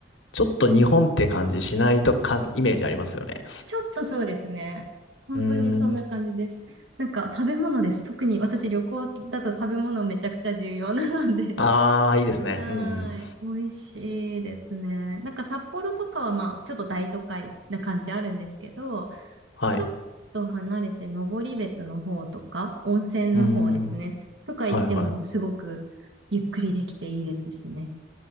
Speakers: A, on the left; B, on the right.
A: ちょっと日本って感じしないとかん、イメージありますよね。
B: ちょっとそうですね。本当にそんな感じです。
A: うーん。
B: なんか食べ物です。特に私旅行だと食べ物めちゃくちゃ重要なので。
A: ああ、いいですね。
B: <laughs> はーい。
A: うんうん。
B: 美味しいですね。なんか札幌とかはまあちょっと大都会な感じあるんですけど、
A: はい。
B: ちょっと離れて登別の方とか、温泉の方ですね。
A: うーん。
B: とか行ってもすごくゆっくりできていいですしね。
A: はいはい。